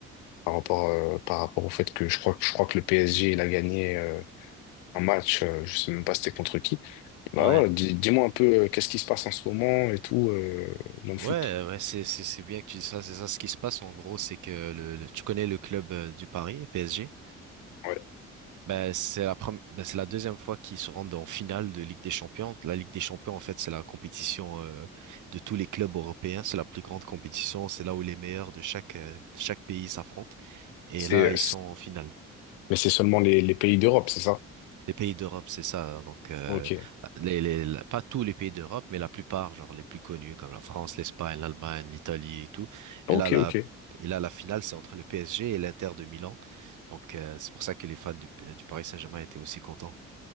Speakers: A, on the left; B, on the right.
A: par rapport, euh, par rapport au fait que je crois, que- je crois que le PSG, il a gagné euh, un match, euh, je sais même pas c'était contre qui. Bah,
B: Ouais.
A: voilà, dis, moi un peu euh, qu'est-ce qui se passe en ce moment et tout euh, dans le
B: Ouais,
A: foot.
B: ouais, c'est c'est c'est bien que tu dises ça, c'est ça ce qui se passe en gros, c'est que le, le- tu connais le club euh, du Paris, PSG?
A: Ouais.
B: Ben, c'est la prom- ben, c'est la deuxième fois qu'ils se rendent en finale de Ligue des Champions. La Ligue des Champions, en fait, c'est la compétition euh, de tous les clubs européens. C'est la plus grande compétition. C'est là où les meilleurs de chaque euh, de chaque pays s'affrontent. Et
A: C'est,
B: là, ils sont en finale.
A: Mais c'est seulement les, les pays d'Europe, c'est ça?
B: Les pays d'Europe, c'est ça. Donc, euh,
A: Ok.
B: les, les- la- pas tous les pays d'Europe, mais la plupart, genre les plus connus, comme la France, l'Espagne, l'Allemagne, l'Italie et tout.
A: Ok,
B: Et là, la,
A: ok.
B: et là, la finale, c'est entre le PSG et l'Inter de Milan. Donc, euh, c'est pour ça que les fans du, du Paris Saint-Germain étaient aussi contents.